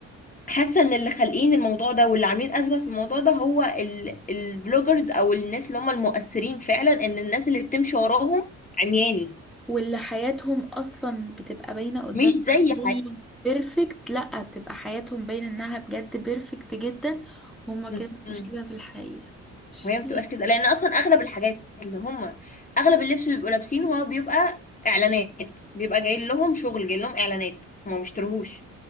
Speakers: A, on the left (about 25°); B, in the centre.
A: حاسه ان اللي خالقين الموضوع ده واللي عاملين ازمه في الموضوع ده هو ال... البلوجرز او الناس اللي هم المؤثرين فعلا ان الناس اللي بتمشي وراهم عمياني
B: واللي حياتهم اصلا بتبقى باينه قدامنا
A: مش زي
B: إن هي بيرفكت لا بتبقى حياتهم باينه انها بجد بيرفكت جدا هما كده
A: حياتنا
B: مش كده في الحقيقه مش
A: وهي
B: كده
A: ما بتبقاش كده لان اصلا اغلب الحاجات اللي هم اغلب اللبس اللي بيبقوا لابسينه هو بيبقى اعلانات بيبقى جاي لهم شغل جاي لهم اعلانات هم ما بيشتروهوش